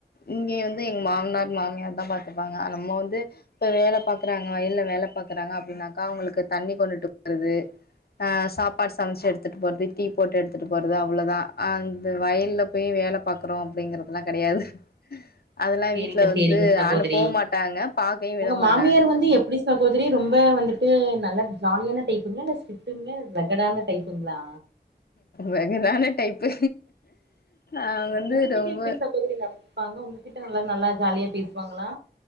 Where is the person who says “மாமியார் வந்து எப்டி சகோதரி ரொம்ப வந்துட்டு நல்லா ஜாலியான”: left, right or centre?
Right